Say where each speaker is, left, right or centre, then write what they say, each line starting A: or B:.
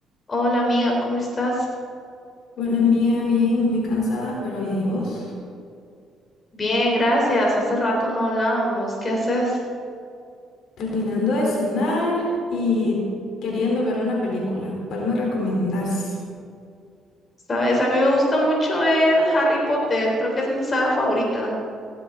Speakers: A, on the left; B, on the left.
A: Hola amiga, ¿cómo estás?
B: Bueno, amiga, bien, muy cansada, pero bien. ¿Y vos?
A: Bien, gracias. Hace rato no hablábamos. ¿Qué haces?
B: Terminando de cenar y queriendo ver una película. ¿Cuál me recomendás?
A: Sabes, a mí me gusta mucho ver Harry Potter. Creo que es mi saga favorita.